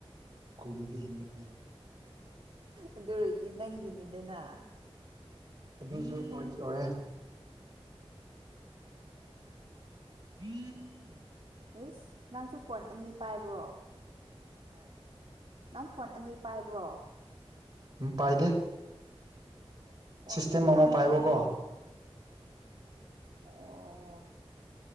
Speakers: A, on the right; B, on the right.
A: ꯀꯨꯏꯅꯗꯤ ꯍꯤꯡꯅꯤꯡ
B: ꯑꯗꯨ ꯑꯣꯏꯔꯗꯤ ꯅꯪꯒꯤꯅꯤꯗꯅ
A: ꯑꯗꯨꯁꯨ ꯑꯣꯢꯗꯤ ꯑꯣꯏꯔꯦ <inaudible>
B: ꯨꯏꯁ ꯅꯪꯁꯨ ꯐꯣꯟ ꯑꯅꯤ ꯄꯥꯏꯕ꯭ꯔꯣ ꯅꯪ ꯐꯣꯟ ꯑꯅꯤ ꯄꯥꯏꯕ꯭ꯔꯣ
A: ꯎ ꯄꯥꯏꯗꯦ
B: ꯐꯟ
A: ꯁꯤꯁꯇꯦꯝ ꯑꯃ
B: ꯂꯥꯛꯄꯒꯨꯝ
A: ꯄꯥꯏꯕꯀꯣ
B: ꯑꯣ